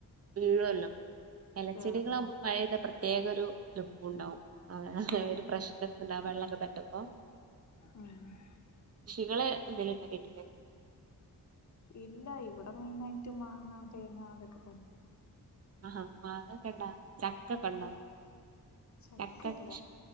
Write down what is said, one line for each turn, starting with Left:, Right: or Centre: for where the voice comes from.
Right: വീഴുയൊല്ലോ എലച്ചെടികളാവുമ്പോ
Left: ആഹ് ആഹ്
Right: മഴയെയ്ത പ്രത്യേക ഒരു ലുക്കും ഉണ്ടാവും. ആ
Left: ആഹ്
Right: ഒരു പ്രശ്നംക്കണ്ട വെള്ളൊക്കെ തട്ടുമ്പോ.
Left: ഉം
Right: കൃഷികള് എന്തെലും ഉണ്ടാക്കിറ്റില്ലേ?
Left: ഇല്ല ഇവിടെ മെയിനായിറ്റ് മാങ്ങ തേങ്ങ അതൊക്കെ തന്നെ.
Right: ആഹാ മാങ്ങക്കെണ്ടാ ചക്കക്കെണ്ടോ
Left: ചക്കയില്ല
Right: ചക്ക കൃഷ്‌